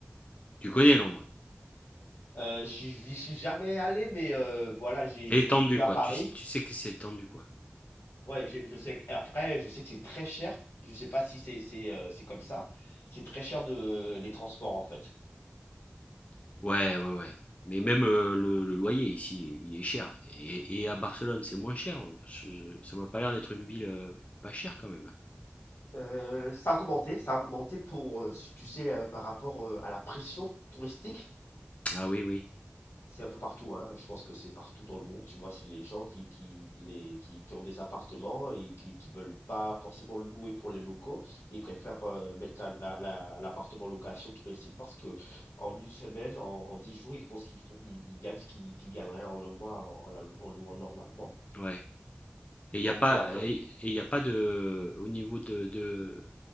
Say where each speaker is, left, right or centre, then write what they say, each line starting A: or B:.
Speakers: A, on the left (about 35°); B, on the left (about 90°).
A: Tu connais Londres.
B: Heu, je suis j'y suis jamais allé mais heu, voilà, j'ai
A: C'est étendu,
B: j'ai vécu
A: quoi.
B: à Paris
A: Tu, tu sais que c'est étendu, quoi.
B: Ouais, je, je sais. que- Après, je sais que c'est très cher. Je sais pas si c'est c'est euh, c'est comme ça. C'est très cher de les transports en fait.
A: Ouais, ouais, ouais. Mais même euh, le, le loyer ici, il est cher. Et, et à Barcelone, c'est moins cher. Je- je- ça m'a pas l'air d'être une ville euh, pas chère quand même.
B: Euh, ça a augmenté, ça a augmenté pour, euh, si tu sais, euh, par rapport euh, à la pression touristique.
A: Ah oui, oui.
B: C'est un peu partout, hein. Je pense que c'est partout dans le monde, tu vois. C'est les gens qui, qui, les, qui, qui ont des appartements et qui, qui veulent pas forcément louer pour les locaux. Ils préfèrent euh, mettre la, la- la- l'appartement en location touristique parce que en une semaine, en, en dix jours, ils font ce qu'ils font, ils, ils gagnent ce qu'ils qu'ils gagneraient en un mois en, en la- en louant normalement.
A: Ouais.
B: Donc
A: Et il n'y a pas,
B: euh, après,
A: et il a pas de, au niveau de, de,